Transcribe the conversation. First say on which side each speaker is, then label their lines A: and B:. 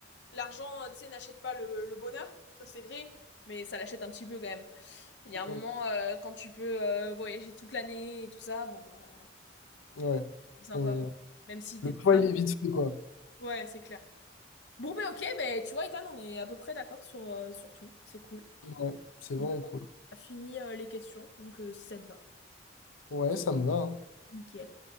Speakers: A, on the left; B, on the left.
A: L'argent, euh, tu sais, n'achète pas le, le bonheur, ça c'est vrai, mais ça l'achète un petit peu quand même. Il y a un moment,
B: Mm.
A: euh, quand tu peux euh, voyager toute l'année et tout ça, bon bah,
B: ouais
A: c'est sympa.
B: On-
A: Même si t'es
B: le
A: pas...
B: poids il est vite fait quoi
A: Ouais, c'est clair. Bon bah ok, bah, tu vois, Ethan, on est à peu près d'accord sur, euh, sur tout, c'est cool.
B: ouais c'est
A: Bah,
B: vraiment cool
A: on a fini euh, les questions, donc euh, si ça te va.
B: ouais ça me va hein.
A: Nickel.